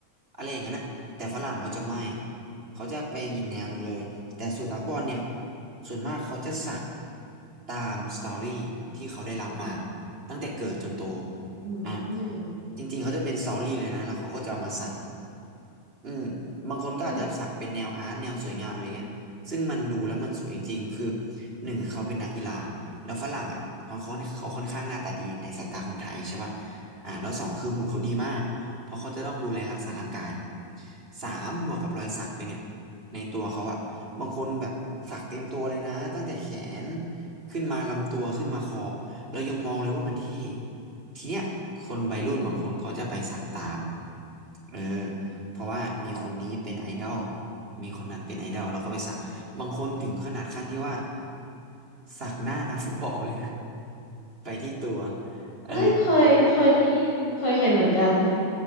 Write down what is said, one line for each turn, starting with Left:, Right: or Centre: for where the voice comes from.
Right: อะไรอย่างนั้นนะแต่ฝรั่งเขาจะไม่เขาจะไปอีกแนวหนึ่งเลยแต่ส่วนนักบอลเนี่ยส่วนมากเขาจะสักตามสตอรี่ที่เขาได้รับมาตั้งแต่เกิดจนโต
Left: อืม
Right: อ่ะ จริงๆเขาจะเป็นสตอรี่เลยนะแล้วเขาก็จะเอามาสักอืมบางคนก็อาจจะสักเป็นแนวอาร์ตแนวสวยงามอะไรเงี้ยซึ่งมันดูแล้วมันสวยจริงๆคือ
Left: อืม
Right: หนึ่งคือเขาเป็นนักกีฬาแล้วฝรั่งอ่ะเขาเขาเขาค่อนข้างหน้าตาดีในสายตาคนไทยใช่ป่ะอ่าแล้วสองคือหุ่นเขาดีมากเพราะเขาจะต้องดูแลรักษาร่างกายสามบวกกับรอยสักไปเนี่ยในตัวเขาอ่ะบางคนแบบสักเต็มตัวเลยนะตั้งแต่แขนขึ้นมาลำตัวขึ้นมาคอเรายังมองเลยว่ามันเท่ ทีเนี้ยคนวัยรุ่นบางคนเขาจะไปสักตาม
Left: อืม
Right: เออเพราะว่ามีคนนี้เป็นไอดอล มีคนนั้นเป็นไอดอลแล้วก็ไปสัก บางคนถึงขนาดขั้นที่ว่าสักหน้านักฟุตบอลเลยนะ <laughs> ไปที่ตัวเออ
Left: เฮ้ยเคยเคยได้ยินเคยเห็นเหมือนกัน